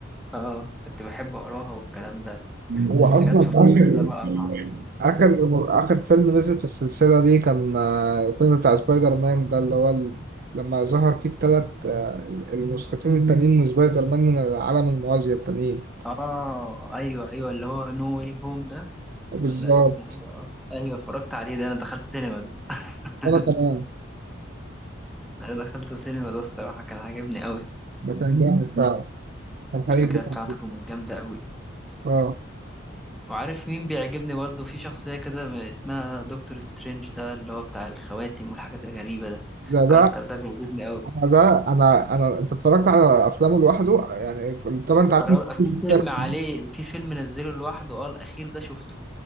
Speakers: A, in the centre; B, on the right.
A: اه كنت بحب اقراها والكلام ده
B: هو
A: بس
B: اصلا
A: جت في فترة
B: اخر
A: كده بقى قطع
B: اخر اخر فيلم نزل في السلسله دي كان آه، الفيلم بتاع سبايدر مان ده اللي هو ال... لما ظهر فيه التلات آه، النسختين التانيين من سبايدر مان من العالم الموازي التانيين
A: اه ايوه ايوه اللي هو نو واي هوم ده
B: بالظبط
A: ولا اسمه ايه اه ايوه اتفرجت عليه ده انا دخلت سينما ده <laughs>
B: وانا كمان
A: انا دخلت سينما ده الصراحه كان عاجبني قوي
B: ده كان جامد فعلا الحقيقي
A: الفكره
B: جدا.
A: بتاعته كانت جامده قوي
B: اه
A: وعارف مين بيعجبني برضه في شخصيه كده اسمها دكتور سترينج ده اللي هو بتاع الخواتم والحاجات الغريبه ده
B: ده
A: الكاركتر
B: ده
A: ده بيعجبني قوي
B: انا ده انا انا انت اتفرجت على افلامه لوحده يعني كل- طبعا انت
A: اتفرج
B: عارف إن كل
A: في
B: شخصية-
A: فيلم عليه في فيلم نزله لوحده اه الاخير ده شفته